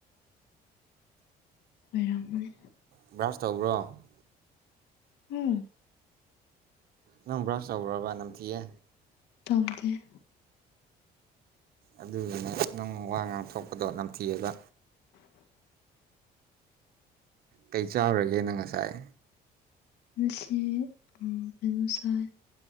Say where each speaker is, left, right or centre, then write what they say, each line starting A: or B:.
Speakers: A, on the left; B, on the right.
A: ꯑꯣꯏꯔꯝꯒꯅꯤ
B: ꯕ꯭ꯔꯥꯁ ꯇꯧꯕ꯭ꯔꯣ
A: ꯎꯝ
B: ꯅꯪ ꯕ꯭ꯔꯁ ꯇꯧꯕ꯭ꯔꯥꯕ ꯅꯝꯊꯤꯌꯦ
A: ꯇꯧꯗꯦ
B: ꯑꯗꯨꯒꯤꯅꯦ ꯅꯪ ꯋꯥ ꯉꯥꯡꯊꯣꯛꯄꯗꯣ ꯅꯝꯊꯤꯌꯦꯕ ꯀꯩ ꯆꯥꯎꯔꯒꯦ ꯅꯪ ꯉꯁꯥꯏ
A: ꯉꯁꯤ ꯎꯝ ꯀꯩꯅꯣ ꯆꯥꯏ